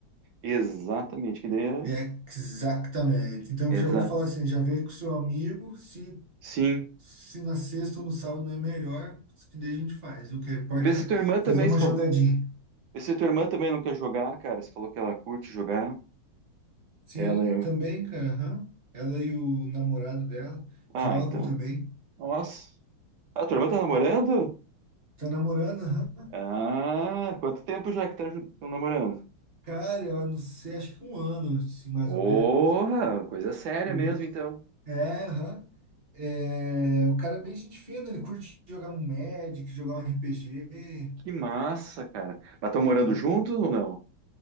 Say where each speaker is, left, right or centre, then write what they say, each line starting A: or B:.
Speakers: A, on the right; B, on the right.
A: Exatamente, que daí
B: Exatamente. Então
A: é...
B: eu já
A: Exato.
B: vou falar assim, já vê com o seu amigo, se
A: Sim.
B: Se na sexta ou no sábado não é melhor, que daí a gente faz. O que importa
A: Vê se
B: é
A: tua irmã também,
B: fazer uma
A: se
B: jogadinha.
A: falou, vê se tua irmã também não quer jogar, cara. Você falou que ela curte jogar.
B: Sim,
A: Ela é...
B: também, cara. aham. Ela e o namorado dela
A: Ah,
B: jogam
A: então.
B: também.
A: Nossa. Ah, tua irmã tá namorando?
B: Tá namorando, aham.
A: Ah, quanto tempo já que tá ju- tão namorando?
B: Cara, eu não sei, acho que um ano, assim, mais
A: Porra,
B: ou menos.
A: coisa séria
B: O
A: mesmo,
B: bi-
A: então.
B: É, aham. É, o cara é bem gente fina, ele curte jogar um Magic, jogar um RPG.
A: Que massa, cara. Mas estão morando
B: Aham.
A: juntos ou não?